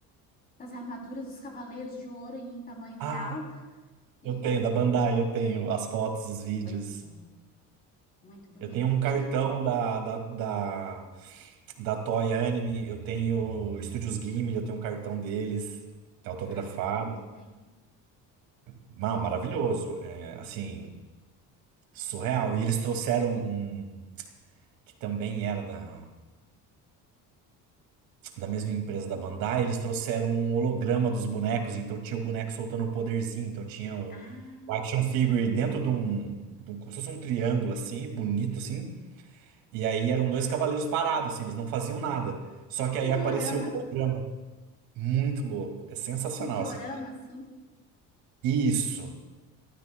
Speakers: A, on the left; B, on the right.
A: das armaduras dos Cavaleiros de Ouro em tamanho real.
B: Ah,
A: E,
B: eu tenho, da Bandai, eu tenho as fotos, os vídeos.
A: pois é, muito bonito,
B: Eu tenho um
A: né?
B: cartão da, da, da, da Toy Anime, eu tenho Estúdios Ghibli, eu tenho um cartão deles, autografado.
A: Ah, é lindo, né?
B: Não, maravilhoso, é, assim, surreal. E eles trouxeram um, que também era da, da mesma empresa da Bandai, eles trouxeram um holograma dos bonecos, então tinha o boneco soltando o poderzinho, então tinha o,
A: Ah,
B: o
A: que
B: action
A: legal.
B: figure dentro de um, de um, como se fosse um triângulo, assim, bonito, assim, E aí eram dois cavaleiros parados, assim, eles não faziam nada. Só
A: Tipo
B: que aí
A: um diorama,
B: apareceu o holograma. Muito louco. É sensacional,
A: tipo um diorama,
B: assim.
A: assim.
B: Isso.